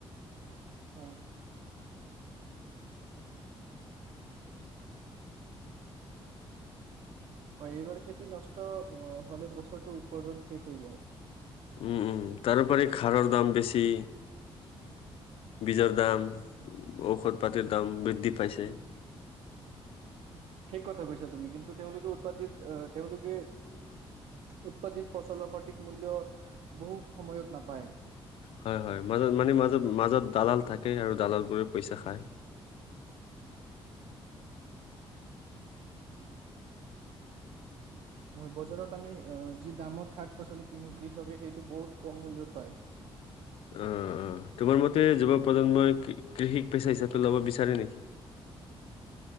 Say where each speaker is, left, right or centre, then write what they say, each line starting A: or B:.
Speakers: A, on the right (about 80°); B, on the left (about 70°).
A: হয়। হয় এইবাৰ খেতি নষ্ট অ হলে বছৰটো উপাৰ্জন শেষ হৈ যায়।
B: উম উম তাৰোপৰি সাৰৰ দাম বেছি বীজৰ দাম ঔষধ পাতিৰ দাম বৃদ্ধি পাইছে।
A: ঠিক কথা কৈছা তুমি কিন্তু তেওঁলোকে উৎপাদিত আহ তেওঁলোকে উৎপাদিত ফচলৰ সঠিক মূল্য বহু সময়ত নাপায়
B: হয় হয় মাজত মানে মাজত মাজত দালাল থাকে আৰু দালালবোৰে পইচা খায়।
A: ম বজাৰত আমি যি দামত শাক পাচলি কিনো কৃষকে সেইটো বহুত কম মূল্যত পায়
B: অ অ তোমাৰ মতে যুৱ প্ৰজন্মই কৃষিক পেচা হিচাপে লব বিচাৰে নেকি?